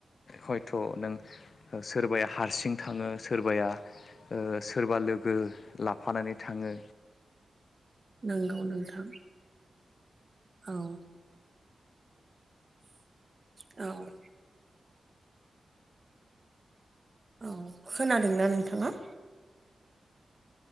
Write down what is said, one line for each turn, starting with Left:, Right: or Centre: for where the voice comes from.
Left: हयथ' नों सोरबाया हारसिं थाङो सोरबाया सोरबा लोगो लाफानानै थाङो
Right: नंगौ नोंथां औ औ औ खोनादोंना नोंथाङा